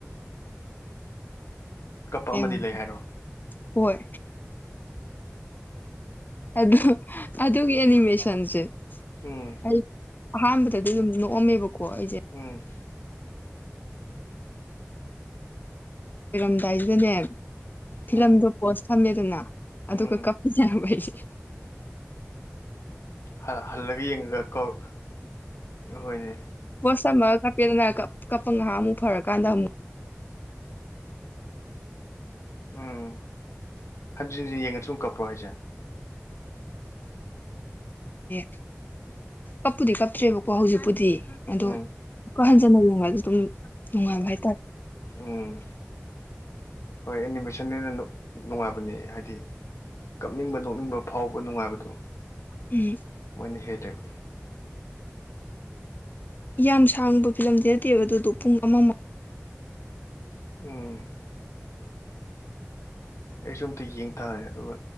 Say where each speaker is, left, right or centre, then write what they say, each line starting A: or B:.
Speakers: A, on the left; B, on the left.
A: ꯀꯞꯄ ꯑꯃꯗꯤ
B: ꯌꯦꯡꯉ
A: ꯂꯩ ꯍꯥꯏꯔꯣ
B: ꯍꯣꯏ ꯑꯗꯨ ꯑꯗꯨꯒꯤ ꯑꯦꯅꯤꯃꯦꯁꯟꯁꯦ
A: ꯎꯝ
B: ꯑꯩ ꯑꯍꯥꯟꯕꯗꯗꯤ ꯑꯗꯨꯝ ꯅꯣꯛꯑꯝꯃꯦꯕꯀꯣ ꯑꯩꯁꯦ
A: ꯎꯝ
B: ꯂꯣꯏꯔꯝꯗꯥꯏꯖꯤꯗꯅꯦ ꯐꯤꯂꯝꯗꯣ
A: ꯎꯝ
B: ꯄꯣꯁ ꯊꯝꯃꯦꯗꯅ ꯑꯗꯨꯒ
A: ꯎꯝ
B: ꯀꯞ ꯄꯤꯅꯦꯕꯩꯖꯦ
A: ꯍꯜ ꯍꯜꯂꯒ ꯌꯦꯡꯉꯒ ꯀꯧ ꯍꯣꯏꯅꯦ
B: ꯄꯣꯁ ꯊꯝꯃꯒ ꯀꯞꯄꯦꯗꯅ ꯀꯞ ꯀꯞꯄ ꯉꯍꯥꯛ ꯑꯃꯨꯛ ꯐꯔꯀꯥꯟꯗ ꯑꯃꯨꯛ
A: ꯎꯝ ꯍꯟꯖꯤꯟ ꯍꯟꯖꯤꯟ ꯌꯦꯡꯉꯁꯨꯝ ꯀꯄ꯭ꯔꯣ ꯍꯥꯏꯁꯦ
B: ꯑꯦ ꯀꯞꯄꯨꯗꯤ ꯀꯞꯇ꯭ꯔꯦꯕꯀꯣ ꯍꯧꯖꯤꯛꯄꯨꯗꯤ ꯑꯗꯣ
A: ꯎꯝ
B: ꯃꯨꯛꯀ ꯍꯟꯖꯟꯅ ꯌꯦꯡꯉꯁꯨ ꯑꯗꯨꯝ ꯅꯨꯡꯉꯥꯏꯕ ꯍꯥꯏꯇꯥꯔꯦ
A: ꯎꯝ ꯍꯣꯏ ꯑꯦꯅꯤꯃꯦꯁꯟꯗꯨꯅ ꯅꯨꯡꯉꯥꯏꯕꯅꯦ ꯍꯥꯏꯗꯤ ꯀꯞꯅꯤꯡꯕ ꯅꯣꯛꯅꯤꯡꯕ ꯐꯥꯎꯕ ꯅꯨꯡꯉꯥꯏꯕꯗꯨ
B: ꯎꯝ
A: ꯃꯣꯏꯅ ꯍꯦꯜꯂꯦꯕ
B: ꯌꯥꯝ ꯁꯥꯡꯕ ꯐꯤꯂꯝꯗꯤ ꯅꯠꯇꯦꯕ ꯑꯗꯨꯗꯣ ꯄꯨꯡ ꯑꯃ ꯃ
A: ꯎꯝ ꯑꯩꯁꯨ ꯑꯝꯇ ꯌꯦꯡ ꯇꯥꯔꯦ ꯑꯗꯨꯒ